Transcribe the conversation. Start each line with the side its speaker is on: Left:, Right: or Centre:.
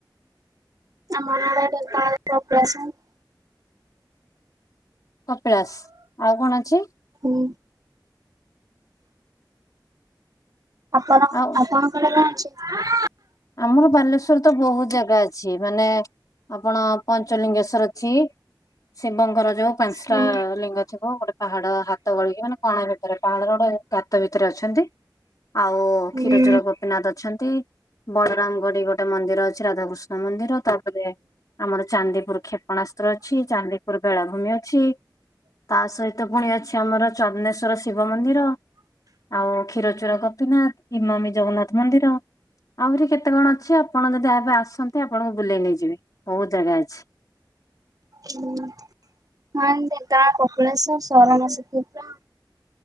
Right: <unintelligible>
Left: କପିଳାସ୍। ଆଉ କଣ ଅଛି?
Right: ହୁଁ। ଆପଣ
Left: ଆଉ
Right: ଆପଣଙ୍କର <unintelligible>
Left: ଆମର ବାଲେଶ୍ଵରରେ ତ ବହୁତ ଜାଗା ଅଛି ମାନେ ଆପଣ ପଞ୍ଚଲିଙ୍ଗେଶ୍ଵର ଅଛି ଶିବଙ୍କର ଯୋଉ ପାଞ୍ଚଟା
Right: ହୁଁ
Left: ଲିଙ୍ଗ ଥିବ ଗୋଟେ ପାହାଡ ହାତ ଗଳିକି ମାନେ କଣା ଭିତରେ ପାହାଡର ଗୋଟେ ଗାତ ଭିତରେ ଅଛନ୍ତି। ଆଉ
Right: ହୁଁ
Left: କ୍ଷୀର ଚୋରା କ ନାଥ ଅଛନ୍ତି ବଳରାମ ଗଡି ଗୋଟେ ମନ୍ଦିର ଅଛି ରାଧାକୃଷ୍ଣ ମନ୍ଦିର ତା ରେ ଆମର ଚାନ୍ଦିପୁର କ୍ଷେପଣାସ୍ତ୍ର ଅଛି ଚାନ୍ଦିପୁର ବେଳାଭୂମି ଅଛି। ତା ସହିତ ପୁଣି ଅଛି ଆମର ଚନେଶ୍ଵର ଶିବ ମନ୍ଦିର। ଆଉ କ୍ଷୀରଚୁର କପି ନାଥ ଇମାମି ଜଗନ୍ନାଥ ମନ୍ଦିର। ଆହୁରି କେତେ କଣ ଅଛି ଆପଣ ଯଦି ଆ ଏବେ ଆସନ୍ତି ଆପଣଙ୍କୁ ବୁଲେଇ ନେଇଯିବେ ବହୁତ ଜାଗା ଅଛି।
Right: ହୁଁ ହଁ ଢେଙ୍କାନାଳ କପିଳାଶ ସରଣ ଶ୍ରୀକ୍ଷେତ୍ର।